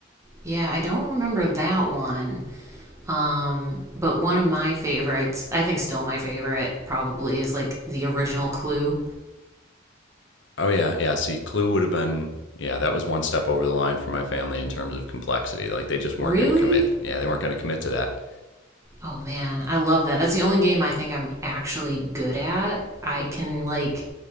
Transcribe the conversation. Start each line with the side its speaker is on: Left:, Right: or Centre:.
Right: Yeah, I don't remember that one. Um, but one of my favorites, I think still my favorite, probably, is like the original Clue.
Left: Oh yeah, yeah. See, Clue would have been yeah that was one step over the line for my family in terms of complexity. Like they just weren't
Right: Really?
Left: going to commit. Yeah, they weren't going to commit to that.
Right: Oh man, I love that. That's the only game I think I'm actually good at. I can like